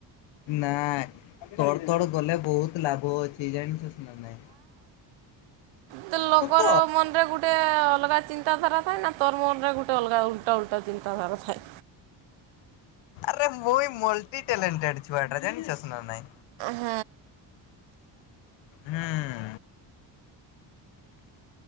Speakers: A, on the left; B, on the right.
A: ନାଇଁ ତଡ଼, ତଡ଼ ଗଲେ ବହୁତ ଲାଭ ଅଛି ଜାଣିଛୁ ନା ନାଇଁ।
B: ତ ଲୋକର
A: ସତ।
B: ମନ ରେ ଗୋଟେ ଅଲଗା ଚିନ୍ତାଧାରା ଥାଏ ନା ତୋର ମନ ରେ ଗୋଟେ ଅଲଗା ଉ ଓଲଟା ଚିନ୍ତା ଧାରା ଥାଏ।
A: ଆରେ ମୁଇ ମୋଲ ଟ୍ୟାଲେଣ୍ଟେଡ଼ ଛୁଆ ଜାଣିଛ ନା ନାଇଁ।
B: ହଁ
A: ହୁଁ।